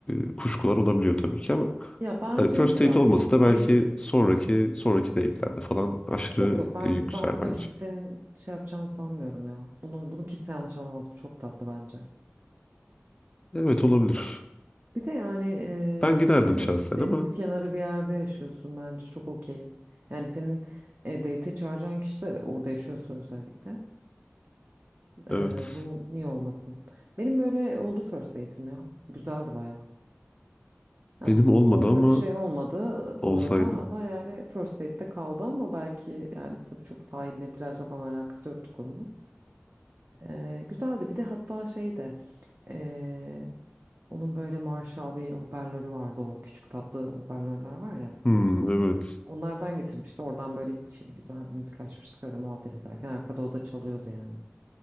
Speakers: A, on the left; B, on the right.
A: e, kuşkular olabiliyor tabii ki ama
B: Ya bence
A: hani first
B: yok
A: aid
B: ya
A: olması
B: bu çok
A: da
B: safe
A: belki
B: bir fırsat.
A: sonraki sonraki date'lerde falan aşırı
B: Yok yok ben
A: e, güzel
B: ben buna
A: bence.
B: kimsenin şey yapacağını sanmıyorum ya. Bunu bunu kimse yanlış anlamaz. Bu çok tatlı bence.
A: Evet olabilir.
B: Bir de yani eee
A: Ben giderdim
B: bilmiyorum
A: şahsen
B: deniz
A: ama
B: kenarı bir yerde yaşıyorsun bence çok okey. Yani senin e, date'e çağıracağın kişi de orada yaşıyorsa özellikle.
A: evet
B: eee, bu niye olmasın? Benim böyle oldu first date'im ya. Güzeldi bayağı. Ya,
A: benim
B: s-
A: olmadı
B: sonrasında
A: ama
B: bir şey olmadı
A: olsaydı.
B: e, bu arada ama yani first date'te kaldı ama belki yani tabii çok sahille plajla falan alakası yoktu konunun. Eee, güzeldi bir de hatta şey de eee, onun böyle Marshall bir hoparlörü vardı o küçük tatlı hoparlörler var ya.
A: Hmm, evet
B: Onlardan getirmişti. Oradan böyle chill güzel bir müzik açmıştık. Öyle muhabbet ederken arkada o da çalıyordu yani.